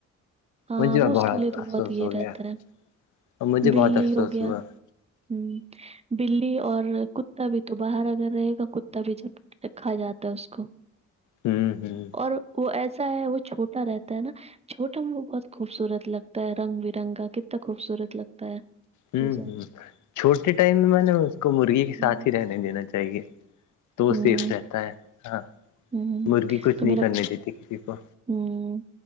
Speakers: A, on the right (about 20°); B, on the left (about 75°).
A: ہاں
B: مجھے
A: بوس
B: بہت
A: کے لیے تمہ
B: افسوس
A: تو یہیرتر
B: ہو گیا اور مجھے
A: بلی
B: بہت افسوس
A: ہو گیا
B: ہوا
A: ہ بلی اور کتا بھی تو باہر اگر رہے گا کتا بھی جب رکھا جاتا ہے اس کو
B: ہوں ہوں
A: اور وہ ایسا ہے وہ چھوٹا رہتا ہے نا چھوٹا ہم بہت خوبصورت لگتا ہے رنگ برنگ کا کتنا خوبصورت لگتا ہے
B: ہوں
A: چوزا
B: ہوں چھوٹے ٹائم میں میں نے اس کو مرغی کے ساتھ
A: ہوں
B: ہی رہنے دینا چاہیے تو
A: ہوں
B: سیف رہتا ہے ہاں
A: ہوں
B: مرغی کچھ
A: تو
B: نہیں
A: میرا
B: کرنے دیتی کسی کو
A: ہوں